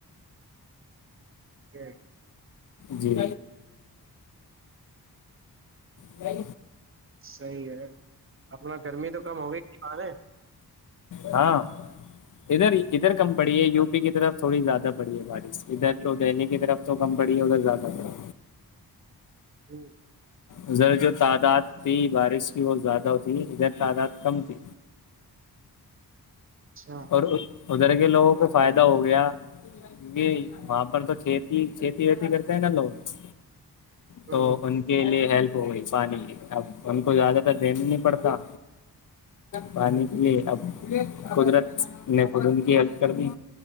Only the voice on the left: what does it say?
جی بھائی
ہاں ادھر ادھر کم پڑی ہے یو پی کی طرف تھوڑی زیادہ پڑی ہے بارش ادھر تو دہلی کی طرف تو کم پڑی ہے ادھر زیادہ پڑی
ذرا جو تعداد تھی بارش بت زیادہ ہوتیھی ادھر تعداد کم تھی
اور ادھر کے لوگوں کو فائدہ ہو گیا کیکہ وہاں پر تو کھیتی کھیتی ویتی کرتے ہیں نا لوگ
تو ان کے لیے ہیلپ ہو گئی پانی کی اب ان کو زیادہ تر دین ہی نہیں پڑتا پانی کے لیے اب قدرت <unintelligible> نے خود ان کی ہیلپ کر دی